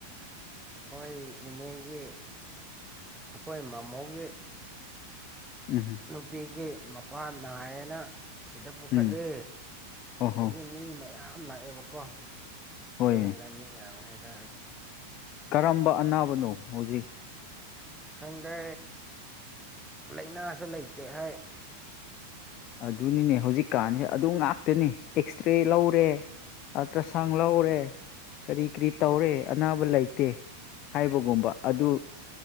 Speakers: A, in the centre; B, on the left (about 35°).
A: ꯑꯩꯈꯣꯏ ꯏꯅꯦꯒꯤ ꯑꯩꯈꯣꯏ ꯃꯃꯣꯒꯤ
B: ꯎꯝ
A: ꯅꯨꯄꯤꯒꯤ ꯃꯄꯥꯥꯟ ꯅꯥꯑꯅ ꯑꯁꯤꯗ ꯄꯨꯈꯠꯂꯦ
B: ꯎꯝ ꯑꯣꯍꯣ
A: ꯑꯗꯒꯤ ꯃꯤ ꯃꯌꯥꯝ ꯂꯥꯛꯑꯦꯕꯀꯣ
B: ꯍꯣꯏꯅꯦ
A: ꯃꯤ ꯂꯝꯃꯤ ꯌꯥ ꯍꯥꯏꯦ ꯇ
B: ꯀꯔꯝꯕ ꯑꯅꯥꯕꯅꯣ ꯍꯧꯖꯤꯛ
A: ꯈꯪꯗꯦ ꯂꯥꯏꯅꯥꯁꯨ ꯂꯩꯇꯦ ꯍꯥꯏ
B: ꯑꯗꯨꯅꯤꯅꯦ ꯍꯧꯖꯤꯛꯀꯥꯟꯁꯦ ꯑꯗꯨ ꯉꯥꯛꯇꯅꯤ ꯑꯦꯛꯁꯔꯦ ꯂꯧꯔꯦ ꯑ꯭ꯔ ꯆꯥꯡꯒꯂ
A: ꯎꯝ
B: ꯎꯔꯦ ꯀꯔꯤ ꯀꯔꯤ ꯇꯧꯔꯦ ꯑꯅꯥꯕ ꯂꯩꯇꯦ ꯍꯥꯏꯕꯒꯨꯝꯕ ꯑꯗꯨ